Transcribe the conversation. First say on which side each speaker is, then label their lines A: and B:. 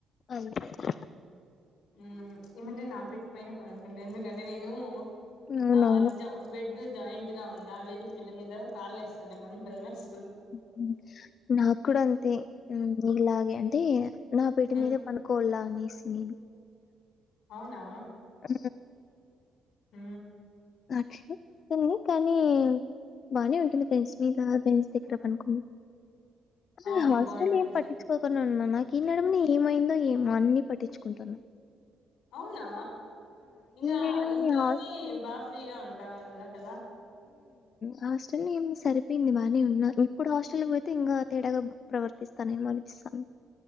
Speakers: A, on the left; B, on the left.
A: అంతేలె
B: మ్ ఏమంటే నా బెడ్ పైనే పనుకుంట ఎందుకంటే నేను
A: అవునవును
B: ఆ అది జా బెడ్డం జాయింట్ గా ఉందా వేర పిల్ల మీద కాళ్ళు ఏస్తా నేమొ అని భయమేస్
A: ఉహు నాక్కూడా అంతే నీలాగే అంటే నా బెడ్డు
B: ఉమ్
A: మీదే పనుకోల్ల అనేసి నేను
B: అవునా
A: ఆ
B: ఆ
A: క్ష ఉంటంది కానీ బానే ఉంటుంది ఫ్రెండ్స్ మీద ఫ్రెండ్స్ దగ్గర పనుకున్న అరే
B: అవును
A: హాస్టలేమ్
B: బాగుంటుంది
A: పట్టిచ్చుకోకున్న ఉన్నా నాకి ఈ నడుమునే ఏమైందో ఏమో అన్ని పట్టిచ్చుకుంటన్నా
B: అవునా ఇంగ
A: నడుమని
B: ఇంట్లోనే
A: హాస్టల్
B: బా ఫ్రీగా ఉండాల్ల కదా
A: హాస్టల్లో ఏం సరిపేయింది బానే ఉన్నా ఇప్పుడు హాస్టల్లికి పోతె ఇంగా తేడాగా ప్రవర్తిస్తానేమొని సన్